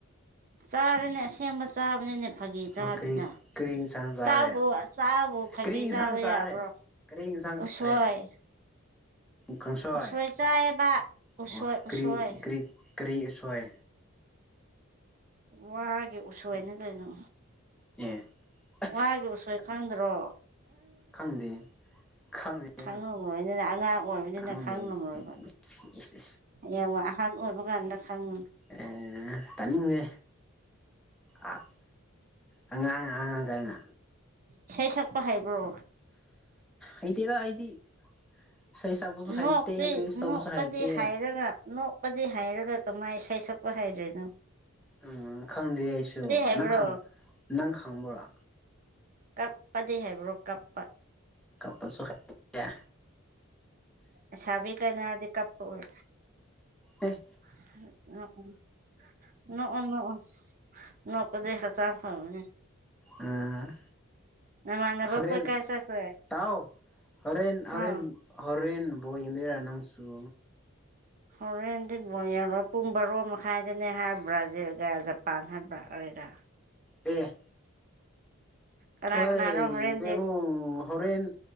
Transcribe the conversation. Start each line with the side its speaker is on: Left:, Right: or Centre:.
Right: ꯆꯥꯔꯅꯦ ꯑꯁꯦꯡꯕ ꯆꯥꯕꯅꯤꯅꯦ ꯐꯥꯒꯤ
Centre: ꯑꯣ
Right: ꯆꯥꯗꯦꯅ
Centre: ꯀꯔꯤ ꯀꯔꯤ ꯏꯟꯁꯥꯡ ꯆꯥꯔꯦ
Right: ꯆꯥꯛꯕꯨ ꯆꯥꯕꯨ ꯐꯥꯒꯤ
Centre: ꯀꯔꯤ ꯏꯟꯁꯥꯡ
Right: ꯆꯥꯕ
Centre: ꯆꯥꯔꯦ
Right: ꯌꯥꯕ꯭ꯔꯣ
Centre: ꯀꯔꯤ ꯏꯟꯁꯥꯡ
Right: ꯎꯁꯣꯏ
Centre: ꯆꯥꯔꯦ ꯀꯥꯡꯁꯣꯏ
Right: ꯎꯁꯣꯏ ꯆꯥꯏꯌꯦꯕ ꯎꯁꯣꯏ
Centre: ꯑꯣ ꯀꯔꯤ
Right: ꯎꯁꯣꯏ
Centre: ꯀꯔꯤ ꯀꯔꯤ ꯎꯁꯣꯏ
Right: ꯋꯥꯒꯤ ꯎꯁꯣꯏꯅ ꯀꯩꯅꯣ
Centre: ꯑꯦ ꯑꯁ
Right: ꯋꯥꯒꯤ ꯎꯁꯣꯏ ꯈꯪꯗ꯭ꯔꯣ
Centre: ꯈꯪꯗꯦ ꯈꯪꯗꯦ
Right: ꯈꯪꯉꯝꯂꯣꯏꯗꯅ ꯑꯉꯥꯡ ꯑꯣꯏꯕꯅꯤꯅ
Centre: ꯈꯪꯗꯦ
Right: ꯈꯪꯂꯝꯂꯣꯏꯕ
Centre: <inaudible> ꯏꯁ ꯏꯁ
Right: ꯌꯦꯡꯉꯨ ꯑꯍꯥꯟ ꯑꯣꯏꯕ ꯀꯥꯟꯗ ꯈꯪꯅꯤ
Centre: ꯑꯦ ꯇꯥꯅꯤꯡꯗꯦ ꯑꯥ ꯑꯉꯥꯡ ꯑꯉꯥꯡ ꯒꯥꯏꯅ
Right: ꯏꯁꯩ ꯁꯛꯄ ꯍꯩꯕ꯭ꯔꯣ
Centre: ꯍꯩꯇꯦꯗ ꯑꯩꯗꯤ ꯏꯁꯩ ꯁꯛꯄꯁꯨ ꯍꯩꯇꯦ
Right: ꯅꯣꯛꯇꯤ
Centre: ꯀꯔꯤꯁꯨ ꯇꯧꯕꯁꯨ
Right: ꯅꯣꯛꯄꯗꯤ
Centre: ꯍꯩꯇꯦ
Right: ꯍꯩꯔꯒ ꯅꯣꯛ ꯄꯗꯤ ꯍꯩꯔꯒ ꯀꯃꯥꯏꯟ ꯏꯁꯩ ꯁꯛꯄ ꯍꯩꯗ꯭ꯔꯤꯅꯣ
Centre: ꯎꯝ ꯈꯪꯗꯦ ꯑꯩꯁꯨ
Right: ꯍꯩꯕ꯭ꯔꯣ
Centre: ꯅꯪ ꯅꯪ ꯈꯪꯕ꯭ꯔꯥ
Right: ꯀꯞꯄꯗꯤ ꯍꯩꯕ꯭ꯔꯣ ꯀꯞꯄ
Centre: ꯀꯞꯄꯁꯨ ꯍꯩꯌꯥ
Right: ꯂꯩꯁꯥꯕꯤ ꯀꯥꯏꯅꯔꯗꯤ ꯀꯞꯄ ꯎꯏ
Centre: ꯑꯦ
Right: <unintelligible> ꯅꯣꯛꯑꯣ ꯅꯣꯛꯑꯣ ꯅꯣꯛ ꯄꯗꯤ ꯍꯛꯆꯥꯡ ꯐꯕꯅꯦ
Centre: ꯎꯝ
Right: ꯅꯃꯥꯟꯅꯕ
Centre: ꯍꯣꯔꯦꯟ
Right: ꯈꯣꯏ ꯀꯥꯏ ꯆꯠꯈ꯭ꯔꯦ
Centre: ꯇꯥꯎ ꯍꯣꯔꯦꯟ ꯍꯣꯔꯦꯟ
Right: ꯑꯥ
Centre: ꯍꯣꯔꯦꯟ ꯕꯣꯜ ꯌꯦꯡꯗꯣꯏꯔ ꯅꯪꯁꯨ
Right: ꯍꯣꯔꯦꯟꯗꯤ ꯕꯣꯜ ꯌꯦꯡꯉꯣꯏ ꯄꯨꯡ ꯕꯥꯔꯣ ꯃꯈꯥꯏꯗꯅꯦ ꯍꯥꯏ ꯕ꯭ꯔꯥꯖꯤꯜꯒ ꯖꯄꯥꯟ ꯍꯥꯏꯕ꯭ꯔꯥ ꯑꯣꯏꯔ
Centre: ꯑꯦ
Right: ꯀꯅꯥ
Centre: ꯍꯣꯏ
Right: ꯀꯅꯥꯅꯣ ꯍꯣꯔꯦꯟꯗꯤ
Centre: ꯕꯦꯝꯃꯨꯡ ꯍꯣꯔꯦꯟ